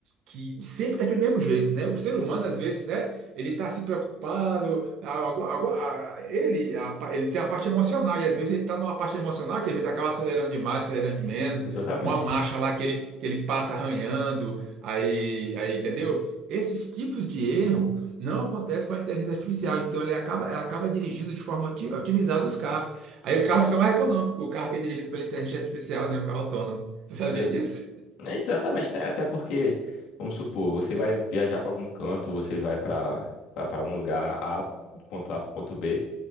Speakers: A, on the right; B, on the left.
A: que sempre daquele mesmo jeito, né? O ser humano, às vezes, né? Ele tá se preocupado, algu- algu- a- ele, a pa- ele tem a parte emocional, e às vezes ele tá numa parte emocional que às vezes acaba acelerando demais, acelerando de menos,
B: Exatamente.
A: uma marcha lá que ele, que ele passa arranhando, aí, aí, entendeu? Esses tipos de erro não acontecem com a inteligência artificial, então ele acaba, ela acaba dirigindo de forma oti- otimizada os carros. Aí o carro fica mais econômico, o carro que é dirigido pela inteligência artificial, né? O carro autônomo. Tu sabia
B: Exa-
A: disso?
B: é Exatamente, né? Até porque, vamos supor, você vai viajar para algum canto, você vai para para algum lugar A, do ponto A para ponto B.